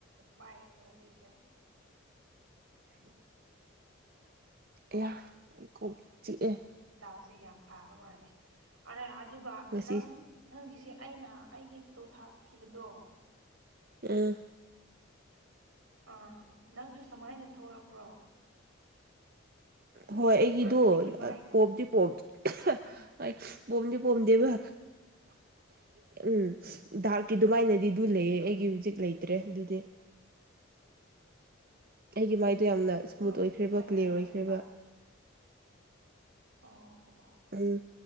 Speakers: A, on the right (about 85°); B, on the right (about 45°).
A: ꯄꯥꯏꯔꯅꯤ ꯍꯧꯖꯤꯁꯦ
B: ꯏꯌꯥ ꯑꯩ ꯀꯣꯛ ꯆꯤꯛꯑꯦ
A: ꯗꯥꯎꯁꯦ ꯌꯥꯝ ꯐꯥꯕ ꯃꯥꯜꯂꯦ ꯑꯗꯨꯒ
B: ꯉꯁꯤ
A: ꯅꯪ ꯅꯪꯒꯤꯁꯦ ꯑꯩꯅ ꯑꯩꯒꯤ ꯐꯣꯇꯣ ꯊꯥꯛꯈꯤꯕꯗꯣ
B: ꯎ
A: ꯑꯥ ꯅꯪꯁꯨ ꯁꯃꯥꯏꯅ ꯊꯣꯛꯂꯛꯄ꯭ꯔꯣ
B: ꯍꯣꯏ ꯑꯩꯒꯤꯗꯣ
A: ꯑꯩꯒꯤ ꯃꯥꯏꯒꯨꯝꯅ
B: ꯄꯣꯞꯇꯗꯤ ꯄꯣꯞꯇ
A: ꯎꯝ
B: ꯍꯣꯏ ꯄꯣꯝꯗꯤ ꯄꯣꯝꯗꯦꯕ ꯎꯝ ꯗꯔꯛꯀꯤ ꯑꯗꯨꯃꯥꯏꯅꯗꯤ ꯑꯗꯨ ꯂꯩꯌꯦ ꯑꯩꯒꯤ ꯍꯧꯖꯤꯛ ꯂꯩꯇ꯭ꯔꯦ ꯑꯗꯨꯗꯤ ꯑꯩꯒꯤ ꯃꯥꯏꯗꯣ ꯌꯥꯝꯅ ꯏꯁꯃꯨꯠ
A: ꯑꯗꯨ
B: ꯑꯣꯏꯈ꯭ꯔꯦꯕ
A: ꯁꯨꯃꯥꯏꯅ
B: ꯀ꯭ꯂꯤꯌꯥꯔ
A: ꯅꯪꯁꯨ
B: ꯑꯣꯏꯈ꯭ꯔꯦꯕ
A: ꯇꯧꯔꯝꯃꯤ ꯑꯣ ꯑꯣ
B: ꯎꯝ